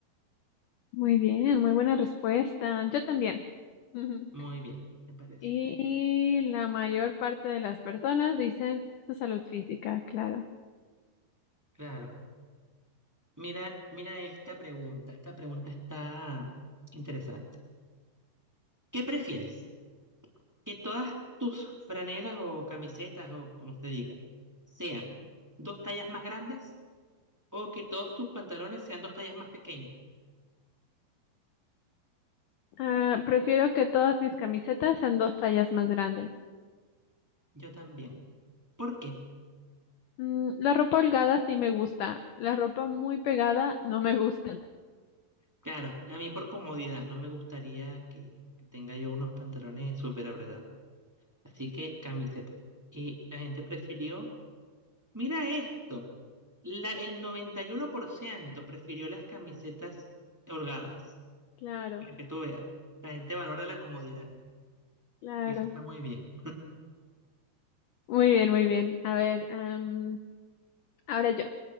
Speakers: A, on the left; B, in the centre.
A: Muy bien, muy buena respuesta. Yo también. Ujú.
B: Muy bien, me parece.
A: Y la mayor parte de las personas dicen su salud física, claro.
B: Claro. Mira, mira esta pregunta. Esta pregunta está interesante. ¿Qué prefieres? ¿Que todas tus franelas o camisetas o como se diga sean dos tallas más grandes o que todos tus pantalones sean dos tallas más pequeñas?
A: Ah, prefiero que todas mis camisetas sean dos tallas más grandes.
B: Yo también. ¿Por qué?
A: Mm, la ropa holgada sí me gusta, la ropa muy pegada no me gusta. <laughs>
B: Claro, a mí por comodidad, no me gustaría que tenga yo unos pantalones súper apretados. Así que camisetas. Y la gente prefirió, mira esto, la, el 91% prefirió las camisetas holgadas,
A: Claro,
B: para que tú veas. La gente valora la comodidad.
A: claro.
B: Eso está muy bien.
A: Muy bien, muy bien. A ver, am, ahora yo.